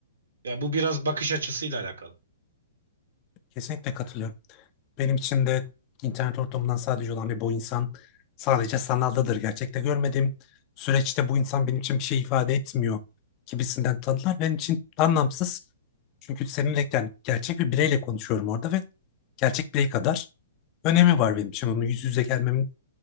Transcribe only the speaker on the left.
Kesinlikle katılıyorum. Benim için de internet ortamından sadece olan ve bu insan sadece sanaldadır. Gerçekte görmediğim süreçte bu insan benim için bir şey ifade etmiyor gibisinden tanılar benim için anlamsız. Çünkü seninle yani gerçek bir bireyle konuşuyorum orada ve gerçek birey kadar önemi var benim için. Onun yüz yüze gelmemin,